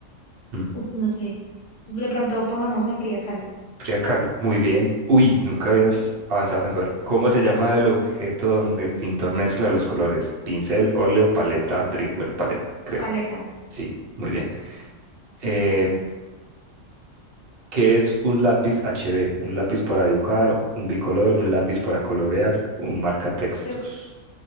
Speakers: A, on the right (about 55°); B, on the left (about 35°).
A: Mm,
B: uf, no sé. De pronto pongamos a Frida Kahlo.
A: Frida Kahlo, muy bien. Uy, nunca había
B: ¿sí?
A: avanzado tanto. Bueno, ¿cómo se llama el objeto donde el pintor mezcla los colores? Pincel, óleo, paleta, atril. Bueno, paleta, creo.
B: Paleta,
A: Sí, muy bien. Eh, ¿Qué es un lápiz HB? Un lápiz para dibujar, un bicolor, un lápiz para colorear, un marcatextos.
B: creo,